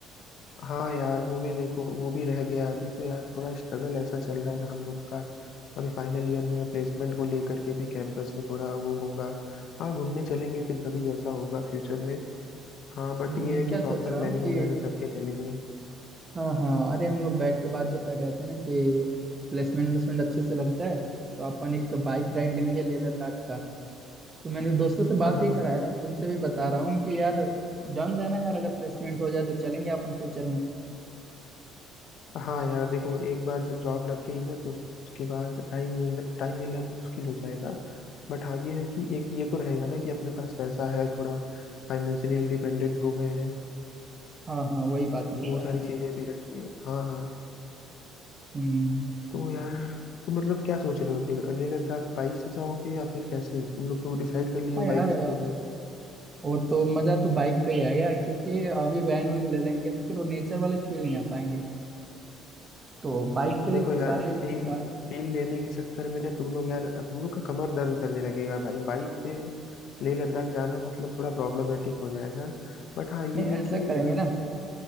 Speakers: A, on the left; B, on the right.
A: हाँ यार वो भी देखो वो भी रह गया अभी तो यार थोड़ा स्ट्रगल ऐसा चल रहा है ना हम लोग का अभी फाइनल ईयर में प्लेसमेंट को लेकर के भी कैंपस में थोड़ा वो होगा हाँ घूमने चलेंगे फिर कभी जैसा होगा फ्यूचर में हाँ बट
B: मैं
A: ये है
B: क्या
A: कि
B: सोच
A: प्रॉपर
B: रहा
A: प्लानिंग
B: हूँ कि
A: वगैरह करके चलेंगे
B: हाँ हाँ अरे हम लोग बैठ के बात जो कर रहे थे ना कि प्लेसमेंट व्लेसमेंट अच्छे से लग जाए तो अपन एक बाइक राइड लेंगे लेह लद्दाख का तो मैंने दोस्तों से बात
A: हाँ
B: भी करा है और तुमसे भी बता रहा हूँ कि यार डन रहना यार अगर प्लेसमेंट हो जाए तो चलेंगे अपन फ्यूचर में
A: हाँ यार देखो एक बार जब जॉब लग गई ना तो उसके बाद टाइम मिल टाइम मिलना भी मुश्किल हो जाएगा बट हाँ ये है कि एक ये तो रहेगा ना कि अपने पास पैसा है थोड़ा फाइनेंशियली इंडिपेंडेंट हो गए हैं
B: हाँ हाँ वही बात बोल
A: वो
B: रहा
A: सारी
B: हूँ मैं
A: हम्म। चीजें भी रहती हैं हाँ हाँ
B: हम्म
A: तो यार तुम मतलब क्या सोच रहे हो फिर लेह लद्दाख बाइक से जाओगे या फिर कैसे तुम लोग तो डिसाइड कर लिए
B: हाँ
A: हो
B: यार
A: बाइक
B: अ,
A: से के लिए
B: वो तो मजा तो बाइक पे ही आएगा यार क्योंकि अभी वैन वैन ले लेंगे तो फिर वो नेचर वाली फील नहीं आ पाएंगे तो बाइक से
A: देखो यार
B: सारे
A: फील
B: सा,
A: फील लेने के चक्कर में ना तुम लोग यार तुम लोग का कमर दर्द करने लगेगा भाई बाइक पे लेह लद्दाख जाना मतलब थोड़ा प्रॉब्लमेटिक हो जाएगा बट हाँ ये
B: नहीं
A: है
B: ऐसा
A: कि
B: करेंगे
A: अ,
B: ना